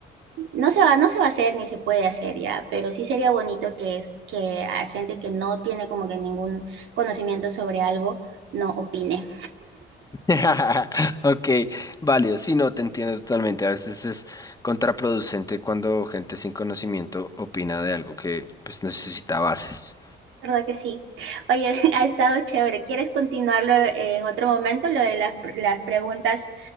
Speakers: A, on the right (about 80°); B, on the left (about 15°).
A: no se va, no se va a hacer ni se puede hacer ya, pero sí sería bonito que es que a gente que no tiene como que ningún conocimiento sobre algo no opine.
B: <laughs> Ok, válido. Sí, no, te entiendo totalmente. A veces es contraproducente cuando gente sin conocimiento opina de algo que pues necesita bases.
A: ¿Verdad que sí? Oye, <laughs> ha estado chévere. ¿Quieres continuarlo en otro momento, lo de las, pr- las preguntas